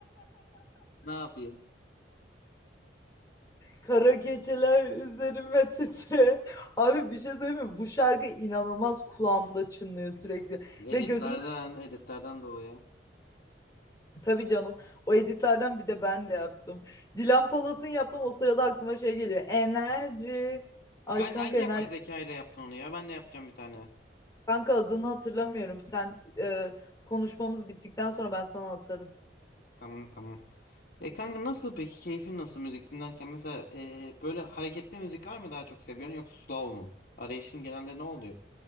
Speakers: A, on the left; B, on the left.
A: Ne yapayım?
B: Kara geceler üzerime titre. Abi bir şey söyleyeyim mi? Bu şarkı inanılmaz kulağımda çınlıyor sürekli.
A: Editlerden,
B: Ve gözümün
A: editlerden dolayı.
B: tabii canım. O editlerden bir de ben de yaptım. Dilan Polat'ın yaptım. O sırada aklıma şey geliyor. Enerji. Ay
A: Kanka
B: kanka
A: hangi
B: enerji.
A: yapay zeka ile yaptın onu ya? Ben de yapacağım bir tane.
B: Kanka adını hatırlamıyorum. Sen e, konuşmamız bittikten sonra ben sana atarım.
A: Tamam tamam. E kanka nasıl peki keyfin nasıl müzik dinlerken? Mesela e, böyle hareketli müzikler mi daha çok seviyorsun yoksa slow mu? Arayışın genelde ne oluyor?